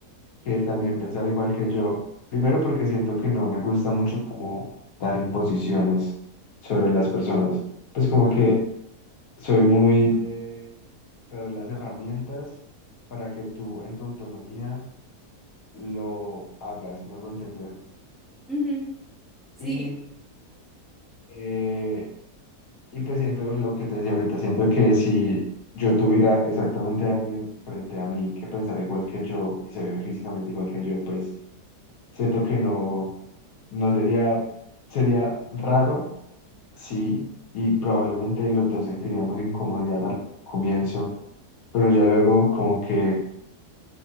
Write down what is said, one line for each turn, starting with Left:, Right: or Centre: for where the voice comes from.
Left: que también pensara igual que yo. Primero porque siento que no me gusta mucho como dar imposiciones sobre las personas. Pues como
Centre: Ajá.
Left: que soy muy de, te doy las herramientas para que tú en tu autonomía lo hagas, me hago entender.
Centre: Ujú, Sí,
Left: Y eh, Y pues siento lo que te decía ahorita, siento que si yo tuviera exactamente a alguien frente a mí que pensara igual que yo y se ve físicamente igual que yo, pues siento que no, no sería, sería raro, sí, y probablemente los dos sentiríamos incomodidad al comienzo, pero ya luego como que,